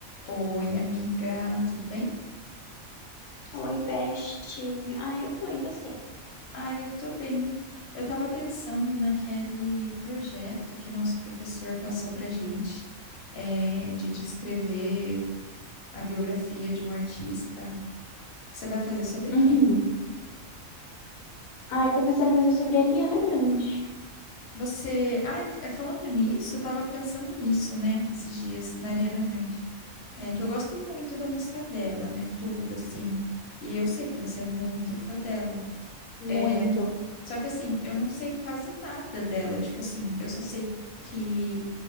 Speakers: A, on the left (about 55°); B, on the left (about 80°).
A: Oi, amiga, tudo bem?
B: Oi, Best. Ai, eu tô, e você?
A: Ah, eu tô bem. Eu tava pensando naquele projeto que nosso professor passou pra gente, eh, de descrever a biografia de um artista. Você vai fazer sobre quem?
B: Uhum. Ai, eu tô pensando em fazer sobre a Ariana Grande.
A: Você. Ah, e f- eh, falando nisso, eu tava pensando nisso, né, esses dias, na Ariana Grande. É que eu gosto muito da música dela, né, tudo, assim. E eu sei que você é muito fã dela.
B: Muito.
A: É, Só que assim, eu não sei quase nada dela. Tipo assim, eu só sei que